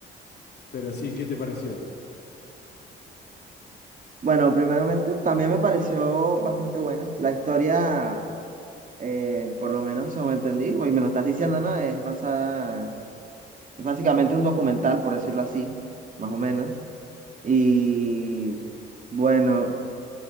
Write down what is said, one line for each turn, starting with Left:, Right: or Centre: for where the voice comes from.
Left: Pero sí, ¿qué te pareció?
Right: Bueno, primeramente también me pareció bastante buena. La historia eh, por lo menos según entendí, y me lo estás diciendo, ¿no? Es basada, es básicamente un documental, por decirlo así, más o menos. Y bueno,